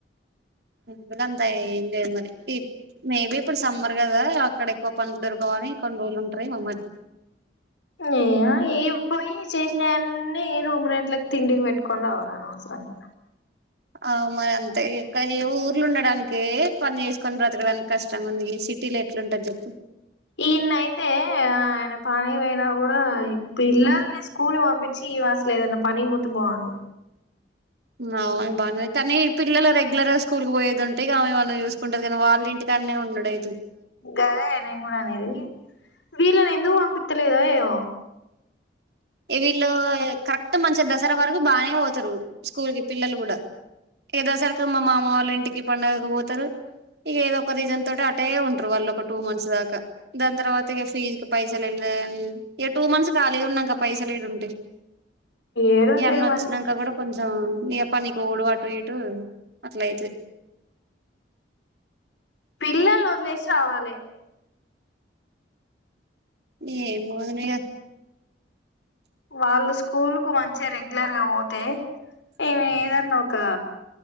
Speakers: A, on the right (about 60°); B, on the left (about 85°).
A: ఉమ్ గంతా ఏం లేదు మరి మేబీ ఇప్పుడు సమ్మర్ కదా అక్కడ ఎక్కువ పనులు దొరకవు అని కొన్ని రోజులు ఉంటరేమో మరి.
B: ఉమ్ ఏ ఏవి పోయి చేసినయన్ని రూమ్ రెంట్లకి తిండికి పెట్టుకొని రావాల అనవసరంగా.
A: అవు మరి అంతే ఏ ఊర్ల ఉండడానికే పని చేేసుకొని బ్రతకడానికి కష్టం ఉంది సిటీ లో ఎట్లా ఉంటది చెప్పు.
B: ఈన్న అయితే ఆయన పని పోయినా కూడా పిల్లలని సూ స్కూలు పంపించి ఈవా అసలు ఏదన్న పనికి పోతే బావుండు.
A: ఉమ్ అవును బానే కానీ పిల్లలు రెగ్యులర్ గా స్కూల్కి పోయేదుంటే ఇగ ఆమెమన్న చూసుకుంటది కానీ వాళ్ళు ఇంటికానే ఉండుడు అ
B: గదే నేను కూడా అనేది వీళ్ళని ఎందుకు పంపిత్తలే దో ఏమో
A: వీళ్ళు కరెక్ట్ మంచిగా దసరా వరకు బాగానే పోతరు స్కూల్ కి పిల్లలు కూడా, ఇగ దసరాకి మా మామ వాళ్ళ ఇంటికి పండగకు పోతరు. ఇగ ఏదో ఒక రీజన్ తోటి అటే ఉంటరు, వాళ్ళు ఒక టూ మంత్స్ దాకా దాని తర్వాత, ఇగ ఫీజు కు పైసలు లేదని ఇగ టూ మంత్స్ ఖాళీగా ఉన్నాంక పైసలేడుంటయి
B: ఏడుంటాయి
A: ఈ అన్న వచ్చినంక
B: మరి
A: కూడా కొంచం ఇగ పనికి ఓవుడు అటు ఇటు అట్ల అయితది.
B: పిల్లల్ని వదిలేసి రావాలే.
A: ఏమో వదిన ఇగా
B: వాళ్ళు స్కూల్ కు మంచిగా రెగ్యులర్ గా ఓతే ఈమే ఏదన్నా ఒక